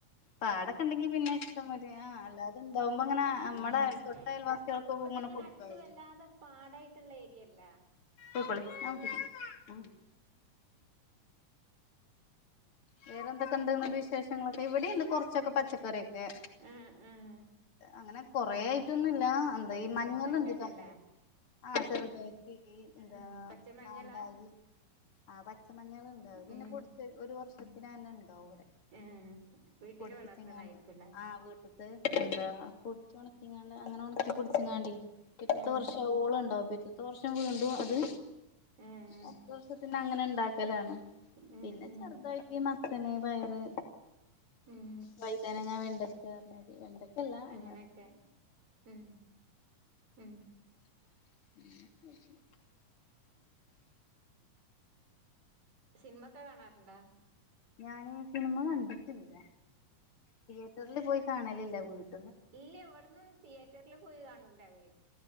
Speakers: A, on the left; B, on the right.
A: പാടൊക്കെണ്ടങ്കി പിന്നെ ഇഷ്ടം മാതിരി ആ അല്ലാതെ ഇണ്ടാവുമ്പോ അങ്ങനെ നമ്മടെ
B: ആഹ്
A: തൊട്ട അയൽവാസികൾക്ക്
B: ഇവിടെങ്ങനെ
A: ഇങ്ങനെ കൊടുക്കാവൂലേ
B: അടുത്ത് വല്ലാതെ പാടായിട്ടുള്ള ഏരിയല്ല.
A: ക്കളി ആട്ട ആ <unintelligible> വേറെന്തൊക്കെണ്ട് ന്ന്ട്ട് വിശേഷങ്ങളൊക്കെ ഇവടെണ്ട് കൊറച്ചൊക്കെ പച്ചക്കറിയൊക്കെ.
B: ആഹ് ആഹ്
A: അങ്ങനെ കൊറെ ഐറ്റംന്നുല്ലാ എന്താ
B: ഏഹ്
A: ഈ മഞ്ഞള്
B: ചെറുതായിട്ടൊക്കെല്ലേ
A: <unintelligible> ആഹ് ചെറു <inaudible>
B: ഉം പച്ചമഞ്ഞളാ
A: ആഹ് പച്ചമഞ്ഞള് ഇണ്ട് അത് പിന്നെ
B: ഉം
A: പൊടിച്ച് ഒരു വർഷത്തിന്ന്നെ ഇണ്ടാവും ഇവടെ
B: ഏഹ് വീട്ടില്
A: പൊടിപ്പിച്ചങ്ങാണ്ട്
B: വളർത്തണായിരിക്കുംല്ലേ
A: ആഹ് വീട്ടത്ത്
B: ഉം
A: എന്താ പൊടിച്ചോണക്കിങ്ങാണ്ട് അങ്ങനെ ഒണക്കി പൊടിച്ചുങ്ങാണ്ടേ
B: ഉം ഉം
A: പിറ്റത്തെ
B: ഉം
A: വർഷം ആവോളം ഇണ്ടാവും. പിറ്റത്തെ വർഷം വീണ്ടും അത്
B: ഏഹ്
A: അടുത്ത വർഷത്തിന് അങ്ങനണ്ടാക്കലാണ്
B: ഉം
A: പിന്നെ
B: ഉം
A: ചെറുതായി മത്തന്, പയറ്
B: ഉം
A: വൈതാനങ്ങ, വെണ്ടക്ക പറഞ്ഞാല് വെണ്ടക്കല്ലാ <inaudible>
B: അങ്ങനെയൊക്കെ ഉം ഉം
A: <inaudible>
B: സിനിമക്കെ കാണാറ്ണ്ടാ?
A: ഞാന് സിനിമ കണ്ടിട്ടില്ല. തിയറ്ററില് പോയി കാണലില്ല വീട്ട
B: ഇല്ല ഇവടന്ന് തിയറ്ററില് പോയി കാണൂല. വീ